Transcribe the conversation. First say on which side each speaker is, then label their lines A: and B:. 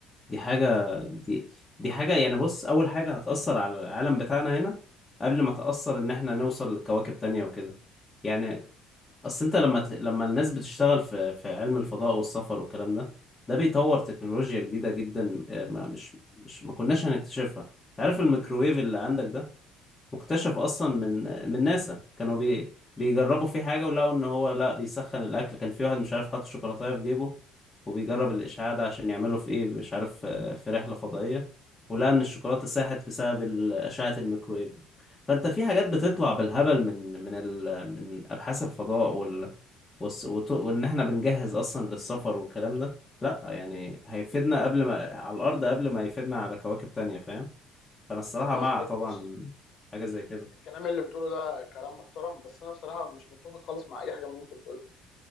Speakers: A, on the left (about 20°); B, on the left (about 55°).
A: دي حاجة
B: مم.
A: دي دي حاجة يعني بص اول حاجة هتأثر على العالم بتاعنا هنا قبل ما تأثر ان احنا نوصل لكواكب تانية وكده يعني اصل انت لما ت... لما الناس بتشتغل في في علم الفضاء والسفر والكلام ده ده بيطور تكنولوجيا جديدة جدا آه، ما مش مش ما كناش هنكتشفها تعرف الميكروويف اللي عندك ده مكتشف
B: مم.
A: اصلا من من ناسا كانوا بي بيجربوا فيه حاجه ولقوا ان هو لا بيسخن الاكل كان في واحد مش عارف حاطط شوكولاته في جيبه وبيجرب الاشعاع ده عشان يعمله في ايه مش عارف آه، في رحله فضائيه ولقى ان الشوكولاته ساحت بسبب ال- اشعه الميكرويف دي فانت في حاجات بتطلع بالهبل من من ال من ابحاث الفضاء وال والس- وت- وان احنا بنجهز اصلا للسفر والكلام ده لا يعني هيفيدنا قبل ما على الارض قبل ما يفيدنا على كواكب تانية فاهم فانا الصراحه
B: والله
A: مع
B: يا صديقي
A: طبعا
B: بص
A: حاجه زي كده
B: انت الكلام اللي بتقوله ده كلام محترم بس انا بصراحه مش متفق خالص مع اي حاجه من اللي انت بتقولها